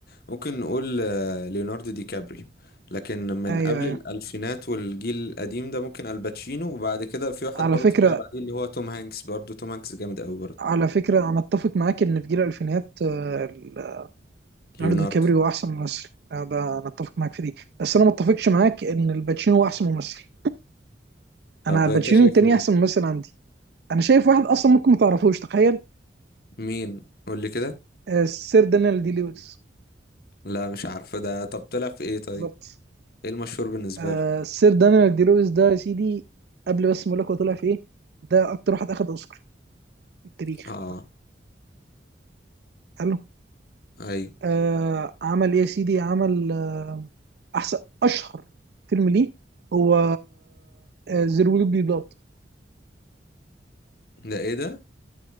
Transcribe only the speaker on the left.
ممكن نقول آه، ليوناردو دي كابريو لكن من
قبل
الالفينات والجيل القديم ده ممكن الباتشينو وبعد كده في واحد
برضه
طلع بعديه اللي هو توم هانكس برضه توم هانكس جامد قوي برضه
ليوناردو
طب
انت شايف
مين
مين قول لي كده
لا مش عارفه ده طب طلع في ايه طيب
ايه المشهور بالنسبه
له
اه
ايوه
ده ايه ده